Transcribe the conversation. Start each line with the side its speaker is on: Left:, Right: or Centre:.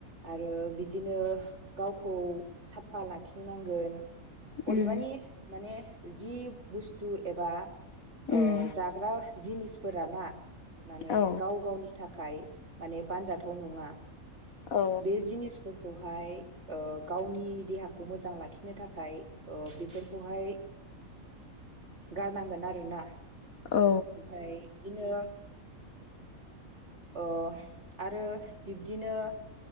Right: आरो बिदि बिदिनो गावखौ साफा लाखिनांगोन
Left: उम
Right: अदेबानि माने जि बुस्तु एबा ओ
Left: उम
Right: जाग्रा जिनिसफोरा ना माने
Left: औ
Right: गाव गावनि थाखाय माने बानजाथाव नङा।
Left: औ
Right: बे जिनिसफोर खौहाय। ओ गावनि देहाखौ मोजां लाखिनो थाखाय ओ बेफोरखौहाय गारनांगोन आरोना।
Left: औ
Right: ओमफ्राय बिदिनो। ओ आरो बिब्दिनो